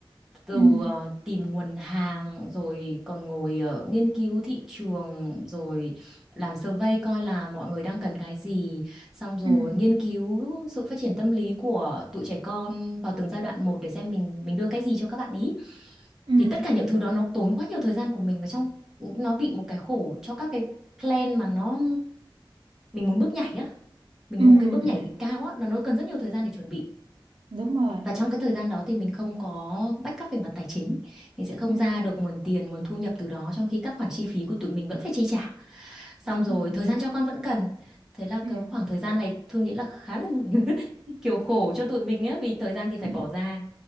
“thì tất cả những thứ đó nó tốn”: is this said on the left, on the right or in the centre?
Centre